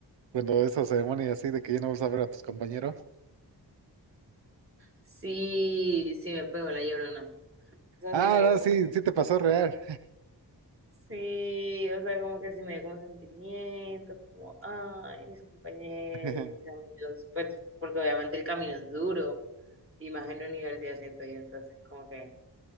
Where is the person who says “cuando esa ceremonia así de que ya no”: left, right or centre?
Right